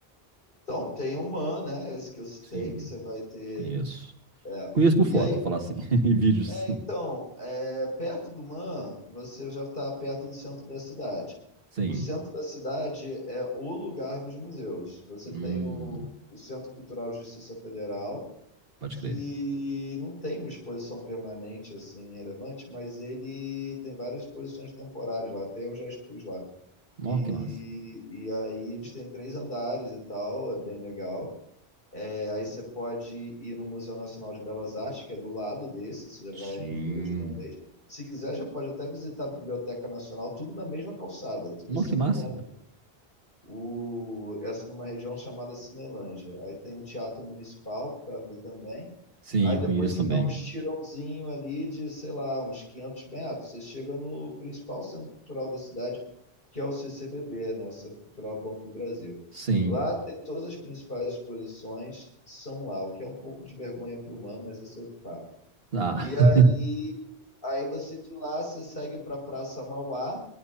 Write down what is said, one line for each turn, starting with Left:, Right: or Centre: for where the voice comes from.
Left: então, tem o Man, né? Esse que eu citei,
Right: Sim,
Left: que você vai ter.
Right: conheço.
Left: é.
Right: Conheço por
Left: E
Right: foto,
Left: aí,
Right: vou falar assim, <laughs> em vídeos.
Left: é, então, é, perto do Man, você já está perto do centro da cidade.
Right: Sim.
Left: O centro da cidade é o lugar dos museus. Você
Right: Hum,
Left: tem o, o Centro Cultural de Justiça Federal,
Right: pode
Left: que
Right: crer.
Left: não tem uma exposição permanente assim relevante, mas ele tem várias exposições temporárias lá, até eu já expus lá.
Right: Nossa,
Left: E,
Right: que massa.
Left: e aí eles têm três andares e tal, é bem legal. É, aí você pode ir no Museu Nacional de Belas Artes, que é do lado desse, você já
Right: Sim.
Left: vai nos dois de uma vez. Se quiser, já pode até visitar a Biblioteca Nacional, tudo na mesma calçada, tudo
Right: Nossa,
Left: assim,
Right: que massa,
Left: um do lado.
Right: velho.
Left: do O, essa numa região chamada Cinelândia. Aí tem o Teatro Municipal, que está ali também.
Right: Sim,
Left: Aí
Right: eu
Left: depois
Right: conheço
Left: você
Right: também.
Left: dá uns tirãozinho ali de, sei lá, uns 500 metros. Você chega no principal centro cultural da cidade, que é o CCBB, né? O Centro Cultural Banco do Brasil.
Right: Sim.
Left: Lá tem todas as principais exposições, são lá, o que é um pouco de vergonha para o humano, mas esse é outro papo.
Right: Ah,
Left: E aí, aí você de lá, você segue para a Praça Mauá,